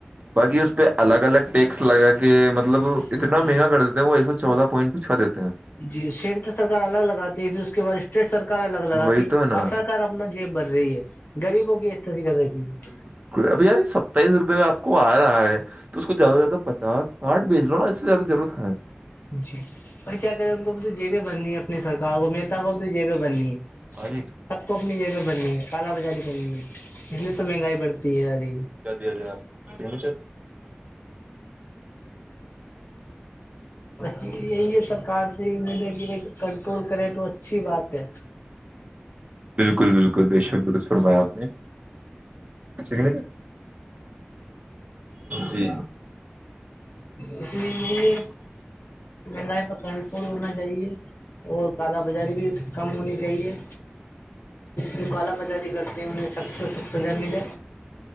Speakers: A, on the right; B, on the left.
A: باقی اس پہ الگ الگ ٹیکس لگا کے مطلب اتنا
B: ہاں
A: مہنگا کر دیتے ہیں وہ ایک سو
B: تو
A: چودہ پ پوائنٹ کوھو دیتے ہیں
B: جی سینٹر سرار الگ لگاتی ہے پھر اس کے بعد اسٹیٹ سرکار الگ
A: ہیں
B: لگاتی
A: وہی
B: ہے
A: تو نا
B: ہر سرکار اپنا جیب بن رہی ہے غریبوں کی استتی کر رکھی ہے
A: ابھی یار ستتاائیس روپے کا آپ کو آ رہا ہے تو اس کو زیادہ سے زیادہ پچاس آٹھ بھیچوا اس سے زدہ ضرت خھیں
B: جی اور کیا کرے ان کو بھی تو جیبیں بننی ہے اپنی سرکار کو نتا کو بھی تو جیبیں بننی ہے
A: ہاں جی
B: سب کو اپنی جگہ بنی ہے کالا بازاری بنی ہے پے تو مہنگائی بڑتی ہے ساری
A: چدی ہزار سچر
B: ب یہی ہے سرکار سے امید ہے کہ بھائی کنٹرول کرے تو اچھی بات ہے
A: بالکل بالکل بے شکدرست فرمایاپ نے یکنے تھ جی
B: اس لیے یہی ہے مہ پک ہونا چاہیے اور کالا بازاری بھی کم ہونی چاہیے جو کال بازاری کرتے ہیں انہیں س سزا ملے